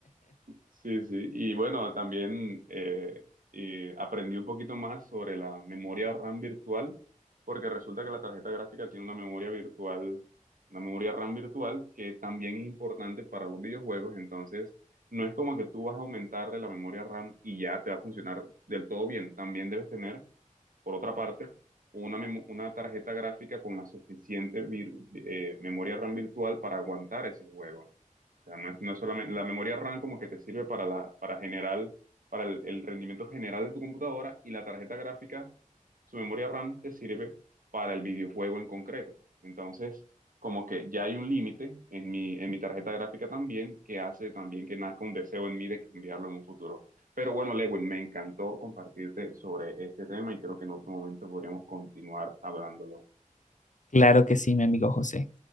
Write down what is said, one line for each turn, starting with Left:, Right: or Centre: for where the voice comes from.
Right: Sí, sí. Y bueno, también eh, y aprendí un poquito más sobre la memoria RAM virtual, porque resulta que la tarjeta gráfica tiene una memoria virtual, una memoria RAM virtual que también es importante para los videojuegos. Entonces, no es como que tú vas a aumentarle la memoria RAM y ya te va a funcionar del todo bien. También debes tener, por otra parte, una, memo- una tarjeta gráfica con la suficiente vir- eh, memoria RAM virtual para aguantar ese juego sea, no es, no es solamente la memoria RAM como que te sirve para la, para general, para el, el rendimiento general de tu computadora y la tarjeta gráfica, su memoria RAM te sirve para el videojuego en concreto. Entonces, como que ya hay un límite en mi, en mi tarjeta gráfica también que hace también que nazca un deseo en mí de cambiarlo en un futuro. Pero bueno, Lewin, me encantó compartirte sobre este tema y creo que en otro momento podríamos continuar hablándolo.
Left: Claro que sí, mi amigo José.